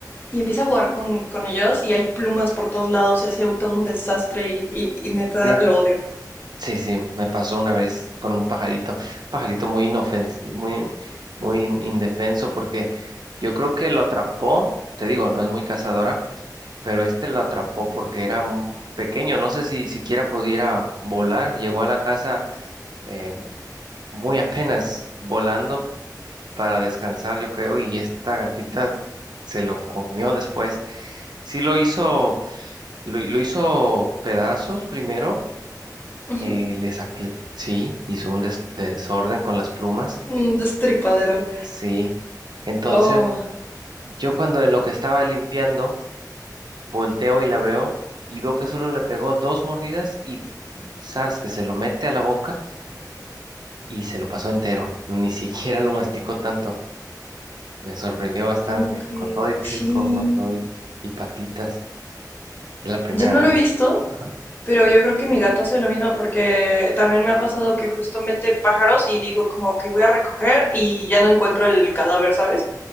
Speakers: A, on the left; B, on the right.
A: y empieza a jugar con, con ellos y hay plumas por todos lados y hace todo un desastre y, y- y neta
B: sí,
A: lo odio.
B: sí, sí, me pasó una vez con un pajarito, pajarito muy inofens, muy, muy in- indefenso, porque yo creo que lo atrapó, te digo, no es muy cazadora, pero este lo atrapó porque era un pequeño, no sé si siquiera pudiera volar, llegó a la casa eh, muy apenas volando para descansar, yo creo, y esta gatita se lo comió después. Sí lo hizo, lo, lo hizo pedazos primero,
A: Ujú.
B: eh, le sac- le- sí, hizo un des- desorden con las plumas,
A: Un destripadero.
B: sí. Entonces,
A: Oh,
B: yo cuando en lo que estaba limpiando, volteo y la veo y veo que solo le pegó dos mordidas y zas, que se lo mete a la boca y se lo pasó entero, ni siquiera lo masticó tanto. Me sorprendió bastante,
A: ¿cómo crees?
B: con todo y pico,
A: Sí,
B: con todo y, y patitas. Es la primera
A: yo no
B: vez.
A: lo he visto,
B: Ajá.
A: pero yo creo que mi gato hace lo mismo porque también me ha pasado que justo mete pájaros y digo como que voy a recoger y ya no encuentro el cadáver, ¿sabes?